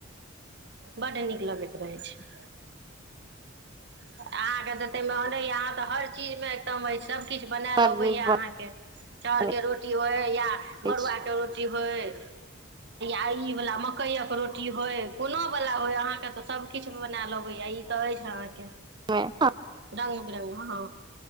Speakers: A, on the right; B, on the right.
A: बड्ड नीक लगैत रहै छै अहाँके ते मेन अहाँ तऽ हर चीज मे एकम अछइ सभकिछु बनायल
B: बड़
A: अबैया
B: नीक
A: अहाँके चाउरके
B: बनै
A: रोटी होय या मड़ुआके
B: अछि
A: रोटी होय आ ई वला मकइक रोटी होय कोनो बला अहाँ के त सब किछ बनाय लेबे य ई ते अछि
B: हँ
A: रङ्ग बिरङ्ग हँ